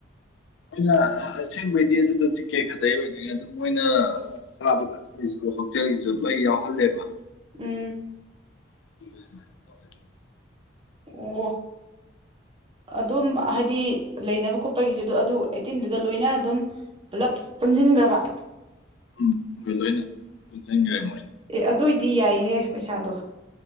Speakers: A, on the left (about 80°); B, on the right (about 30°).
A: ꯑꯩꯅ ꯑꯁꯦꯡꯕꯩꯗꯤ ꯑꯗꯨꯗꯣ ꯇꯤꯛꯀꯦꯠ ꯈꯛꯇ ꯑꯣꯏꯗꯣꯏꯅꯦ ꯑꯗꯨ ꯃꯣꯏꯅ ꯆꯕꯊꯠꯁꯨ ꯍꯣꯇꯦꯜꯒꯤꯁꯨ ꯂꯣꯏ ꯌꯥꯎꯍꯜꯂꯦꯕ
B: ꯎꯝ
A: <inaudible>
B: ꯑꯣ ꯑꯗꯨꯝ ꯍꯥꯏꯗꯤ ꯂꯩꯅꯕ ꯈꯣꯠꯄꯒꯤꯁꯨ ꯑꯗꯨ ꯑꯗꯨ ꯑꯩꯠꯇꯤꯟꯗꯨꯗ ꯂꯣꯏꯅ ꯑꯗꯨꯝ ꯄꯨꯂꯞ ꯄꯨꯟꯁꯤꯟꯈ꯭ꯔꯕ
A: ꯎꯝ ꯂꯣꯏꯅ ꯄꯨꯟꯁꯤꯟꯈ꯭ꯔꯦ ꯃꯣꯏꯅꯤ
B: ꯑꯦ ꯑꯗꯨ ꯑꯣꯏꯏꯗꯤ ꯌꯥꯏꯍꯦ ꯄꯩꯁꯥꯗꯣ